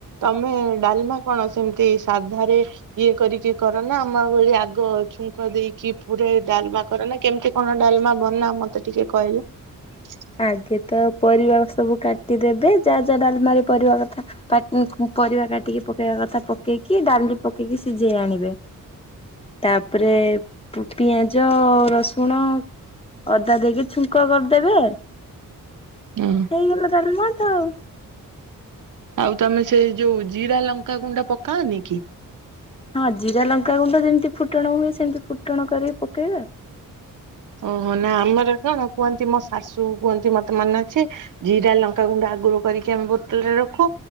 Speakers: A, on the right; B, on the left.
A: ତମେ ଡାଲ୍ମା କଣ ସେମିତି ସାଧାରେ ଇଏ କରିକି କରନା ଆମ ଭଳି ଆଗ ଛୁଙ୍କ ଦେଇକି ପୁରା ଡାଲ୍ମା କରନା କେମିତି କଣ ଡାଲ୍ମା ବନା ମତେ ଟିକେ କହିଲ? ହ
B: ଆଗେ ତ ପରିବା ସବୁ କାଟିଦେବେ ଯାହା ଯାହା ଡାଲ୍ମା ରେ ପଡିବା କଥା। କାଟ୍-ପରିବା କାଟିକି ପକେଇବା କଥା ପକେଇକି ଡାଲି ପକେଇକି ସିଜେଇ ଆଣିବେ। ତାପରେ ପୁ- ପିଆଜ, ରସୁଣ ଅଦା ଦେଇକି ଛୁଙ୍କ କରିଦେବେ
A: <unintelligible>
B: ହେଇଗଲା ଡାଲ୍ମା ତ ଆଉ।
A: ଆଉ ତମେ ସେଇ ଯଉ ଜିରା ଲଙ୍କାଗୁଣ୍ଡ ପକାଅନି କି?
B: ହଁ ଜିରା ଲଙ୍କାଗୁଣ୍ଡ ଯେମିତି ଫୁଟଣ ହୁଏ ସେମିତି ଫୁଟଣ କରିକି ପକେଇବେ ଆଉ‌।
A: ଓହୋ ନା ଆମର କଣ କୁହନ୍ତି ମୋ ଶାଶୁ କୁହନ୍ତି ମତେ ମନେ ଅଛି‌। ଜିରା ଲଙ୍କାଗୁଣ୍ଡ ଆଗୁରୁ କରିକି ଆମେ ବୋତଲ ରେ ରଖୁ।